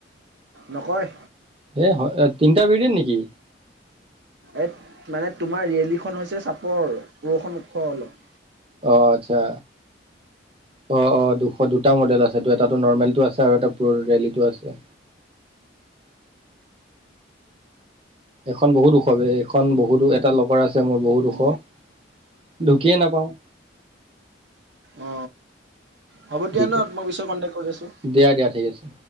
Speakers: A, on the right; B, on the right.
A: নকয়
B: এ তিনিটা বিৰিট নেকি?
A: এ মানে তোমাৰ ৰিয়েলিখন হৈছে চাপৰ পৰষুণ ওখ অলপ-
B: অহ আচ্ছা। অ অ দুশ দুটা মডেল আছে এটো নৰ্মেলটো আছে আৰু এটাটো আছে- এখন বহুত ওখ এইখন বহুত এটা লৰ আছে মোৰ বহুত ওখ-
A: অ
B: ঢুকিয়ে নাপাওঁ-
A: অ হ'ব দিয়া
B: দিগদাৰ
A: ন মই পিছত কন্টেক কৰি আছো
B: দিয়া দিয়া ঠিক আছে